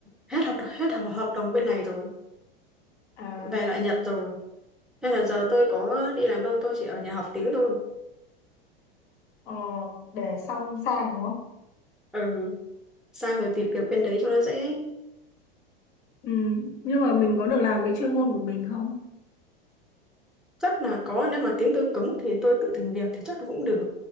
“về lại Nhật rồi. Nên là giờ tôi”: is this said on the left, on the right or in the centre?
Centre